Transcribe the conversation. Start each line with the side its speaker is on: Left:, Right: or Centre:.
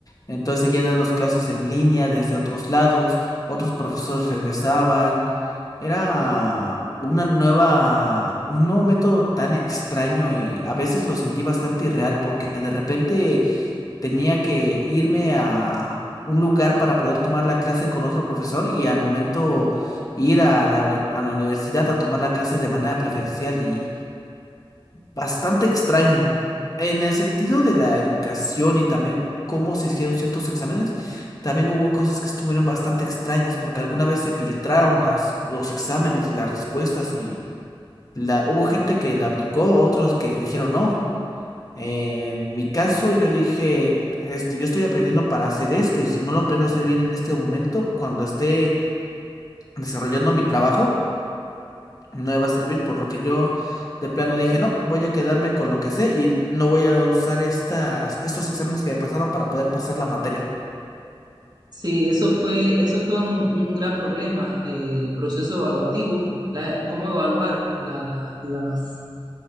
Left: entonces seguían dando clases en línea desde otros lados, otros profesores regresaban. Era una nueva, un nuevo método tan extraño y a veces lo sentí bastante irreal porque de repente tenía que irme a un lugar para poder tomar la clase con otro profesor y al momento ir a la, uni- a la universidad a tomar la clase de manera preferencial y bastante extraño. En el sentido de la educación y también cómo se hicieron ciertos exámenes, también hubo cosas que estuvieron bastante extrañas porque alguna vez se filtraron las, los exámenes y las respuestas y la, hubo gente que la aplicó, otros que dijeron no. En mi caso, yo dije, este, yo estoy aprendiendo para hacer esto y si no lo aprendo a hacer bien en este momento, cuando esté desarrollando mi trabajo, no me va a servir, por lo que yo de plano dije, no, voy a quedarme con lo que sé y no voy a usar estas, estos exámenes que me pasaron para poder pasar la materia.
Right: Sí, eso fue, eso fue un, un gran problema, el proceso evaluativo, la- cómo evaluar la- la- las-